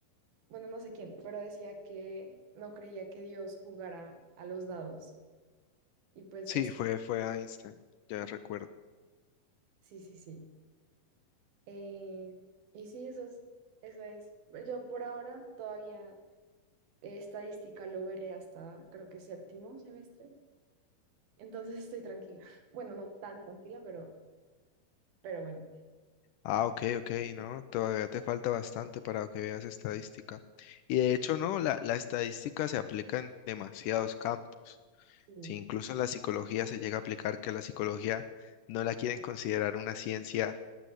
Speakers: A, on the right; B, on the left.
A: bueno, no sé quién, pero decía que no creía que Dios jugara a los dados Y pues
B: Sí,
A: es,
B: fue, fue a Einstein, ya recuerdo.
A: sí, sí, sí. Eh, y sí, eso es, eso es. Yo por ahora todavía eh, estadística lo veré hasta creo que séptimo semestre. Entonces estoy tranquila. <laughs> Bueno, no tan tranquila, pero, pero bueno.
B: Ah, ok, ok, no, todavía te falta bastante para que veas estadística. Y de hecho, no, la, la estadística se aplica en demasiados campos.
A: Sí.
B: Si incluso la psicología se llega a aplicar, que la psicología no la quieren considerar una ciencia